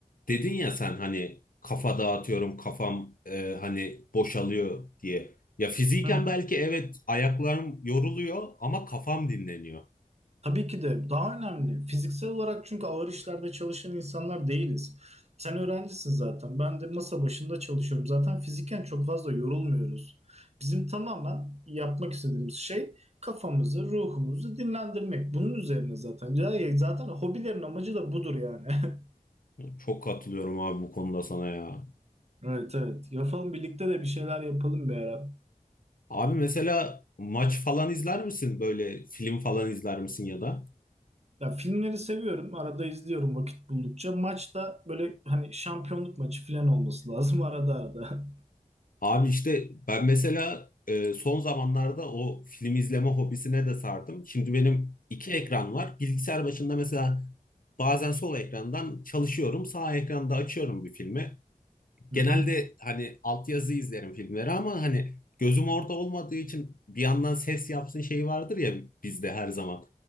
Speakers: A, on the left; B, on the right.
A: Dedin ya sen hani kafa dağıtıyorum kafam e, hani boşalıyor diye. Ya fiziken
B: Hı hı.
A: belki evet ayaklarım yoruluyor ama kafam dinleniyor.
B: Tabii ki de daha önemli. Fiziksel olarak çünkü ağır işlerde çalışan insanlar değiliz. Sen öğrencisin zaten. Ben de masa başında çalışıyorum. Zaten fiziken çok fazla yorulmuyoruz. Bizim tamamen yapmak istediğimiz şey kafamızı, ruhumuzu dinlendirmek. Bunun üzerine zaten. Ya- Zaten hobilerin amacı da budur yani. <laughs>
A: Çok katılıyorum abi bu konuda sana ya.
B: Evet evet. Yapalım birlikte de bir şeyler yapalım bir ara.
A: Abi mesela maç falan izler misin? Böyle film falan izler misin ya da?
B: Ya filmleri seviyorum. Arada izliyorum vakit buldukça. Maçta böyle hani şampiyonluk maçı falan olması lazım <laughs> arada arada.
A: Abi işte ben mesela e, son zamanlarda o film izleme hobisine de sardım. Şimdi benim iki ekran var. Bilgisayar başında mesela Bazen sol ekrandan çalışıyorum, sağ ekranda açıyorum bir filmi.
B: Hı
A: genelde
B: hı.
A: hani altyazı izlerim filmleri ama hani gözüm orada olmadığı için bir yandan ses yapsın şeyi vardır ya bizde her zaman.